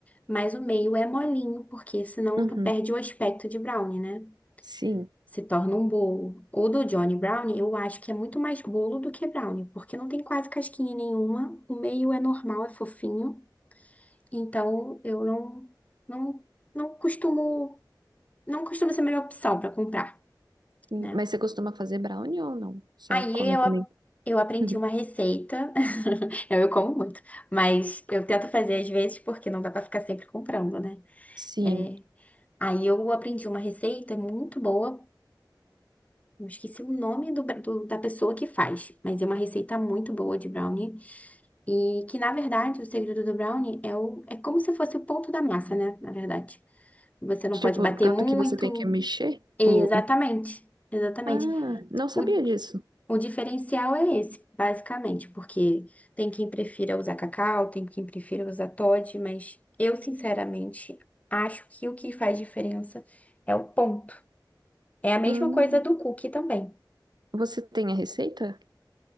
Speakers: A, on the left; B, on the right.
A: mas o meio é molinho, porque senão
B: Uhum,
A: tu perde o aspecto de brownie, né?
B: sim,
A: se torna um bolo. O do Johnny Brownie, eu acho que é muito mais bolo do que brownie, porque não tem quase casquinha nenhuma, o meio é normal, é fofinho, então eu não não não costumo não costuma ser a melhor opção para comprar,
B: sim.
A: né?
B: Mas você costuma fazer brownie ou não? Só
A: Aí
B: come
A: eu
B: também?
A: a- eu aprendi
B: Uhum.
A: uma receita. <laughs> Eu, eu como muito, mas eu tento fazer às vezes porque não dá para ficar sempre comprando, né?
B: Sim.
A: É, Aí eu aprendi uma receita muito boa Eu esqueci o nome do, bra- do- da pessoa que faz, mas é uma receita muito boa de brownie. E que, na verdade, o segredo do brownie é, o, é como se fosse o ponto da massa, né? Na verdade. Você não
B: Tipo,
A: pode bater
B: tanto
A: muito.
B: que você tem que mexer
A: Exatamente,
B: o... o-
A: exatamente.
B: Ah, não sabia
A: O,
B: disso.
A: o diferencial é esse, basicamente, porque tem quem prefira usar cacau, tem quem prefira usar Toddy, mas eu, sinceramente, acho que o que faz diferença é o ponto. É a mesma
B: Hum,
A: coisa do cookie também.
B: Você tem a receita?